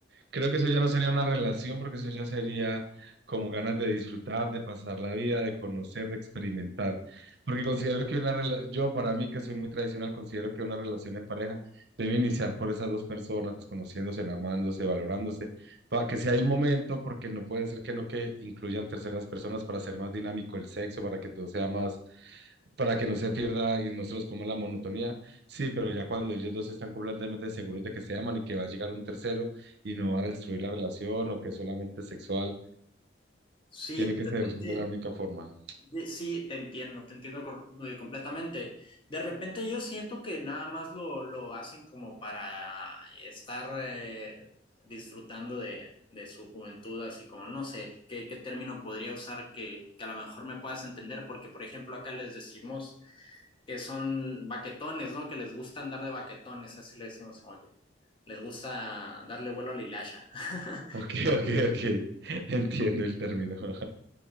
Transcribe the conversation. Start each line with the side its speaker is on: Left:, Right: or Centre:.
Right: Creo que eso ya no sería una relación, porque eso ya sería como ganas de disfrutar, de pasar la vida, de conocer, de experimentar. Porque considero que una relación, yo para mí que soy muy tradicional, considero que una relación en pareja debe iniciar por esas dos personas, conociéndose, amándose, valorándose, para que si hay un momento, porque no puede ser que no que incluyan terceras personas para hacer más dinámico el sexo, para que todo sea más para que no se pierda y no se los coma la monotonía. Sí, pero ya cuando ellos dos están completamente seguros de que se aman y que va a llegar un tercero y no va a destruir la relación o que es solamente sexual,
Left: Sí,
Right: tiene
Left: de
Right: que ser
Left: repente
Right: de la única forma.
Left: De- Sí, te entiendo, te entiendo cor- eh, completamente. De repente yo siento que nada más lo, lo hacen como para estar eh, disfrutando de, de su juventud, así como no sé qué, qué término podría usar que, que a lo mejor me puedas entender, porque por ejemplo acá les decimos que son baquetones, ¿no? Que les gusta andar de baquetones, así le decimos, como que les gusta darle vuelo a la hilacha. <laughs>
Right: Ok, ok, ok. <laughs> Entiendo el término. <laughs>